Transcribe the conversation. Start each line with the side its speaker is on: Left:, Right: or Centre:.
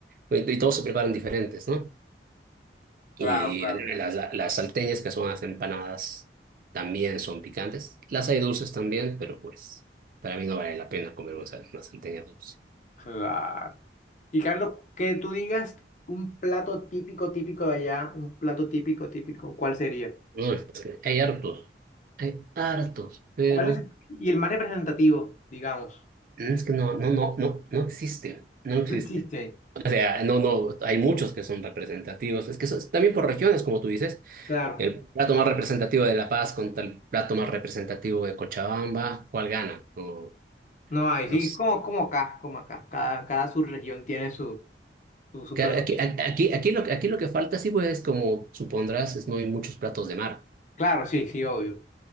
Right: y y todos se preparan diferentes, ¿no? Y
Left: Claro, claro.
Right: las, las salteñas, que son las empanadas, también son picantes. Las hay dulces también, pero pues para mí no vale la pena comer una, sal- una salteña dulce.
Left: Claro. Y Carlos, que tú digas un plato típico, típico de allá, un plato típico, típico, ¿cuál sería?
Right: No, es que hay hartos, hay hartos, pero
Left: ¿Cuál es? Y el más representativo, digamos.
Right: es que no, no, no, no, no existe, no existe.
Left: No existe.
Right: O sea, no, no, hay muchos que son representativos. Es que eso es también por regiones, como tú dices,
Left: Claro.
Right: el plato más representativo de La Paz contra el plato más representativo de Cochabamba, ¿cuál gana? No,
Left: No hay,
Right: no
Left: sí,
Right: sé.
Left: como, como acá, como acá. Cada, cada subregión tiene su, su, su
Right: Claro,
Left: plato
Right: Aquí,
Left: típico.
Right: aquí, aquí, lo, que- aquí lo que falta, sí, pues, es como supondrás, es no hay muchos platos de mar.
Left: Claro, sí, sí, obvio.